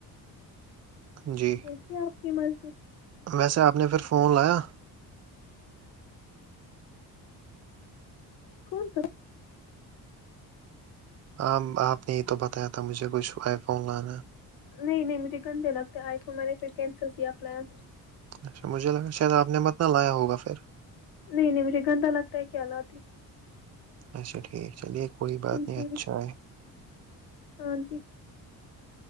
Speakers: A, on the right; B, on the left.
A: جی
B: جیسی آپ کی مرضی
A: ویسے آپ نے پھر فون لایا
B: کون تو <unintelligible>
A: آ آپ نے یہ تو بتایا تھا مجھے کچھ آئی فون لانا
B: نہیں نہیں مجھے گندے لگتے آئے کو میں نے پھر کینسل کیا پلان
A: اچھا مجھے لگا شاید آپ نے مت نہ لایا ہوگا پھر
B: نہیں نہیں مجھے گھنہ لگتا ہے کیالاتات ہی <unintelligible>
A: اچا ٹھیک چلیے کوئی بات نہیں
B: جی
A: اچھا ہے
B: ہاں جی